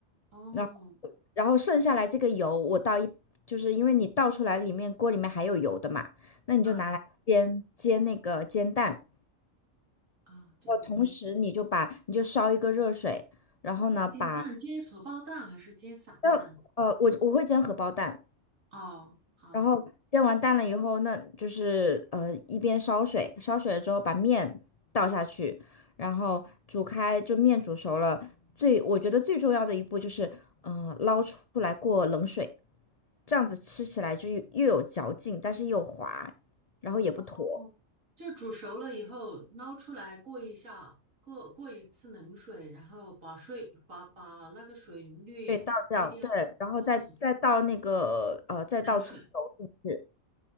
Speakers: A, on the right; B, on the left.
A: 哦，
B: 然后然后剩下来这个油我倒一，就是因为你倒出来里面锅里面还有油的嘛，那你就拿来煎煎那个煎蛋，
A: 嗯啊，这样子，
B: 我同时你就把你就烧一个热水，然后呢把。
A: 煎蛋煎荷包蛋还是煎散蛋？
B: 那呃，我我会煎荷包蛋，
A: 哦，好，
B: 然后煎完蛋了以后，那就是呃一边烧水，烧水了之后把面倒下去，然后煮开，就面煮熟了。最我觉得最重要的一步就是，呃，捞出来过冷水，这样子吃起来就又又有嚼劲，但是又滑，然后也不坨。
A: 哦，就煮熟了以后捞出来过一下，过过一次冷水，然后把水把把那个水滤滤掉。
B: 对，倒掉，对，然后再再倒那个呃，
A: 哦，
B: 再倒葱油进去。
A: 冷水。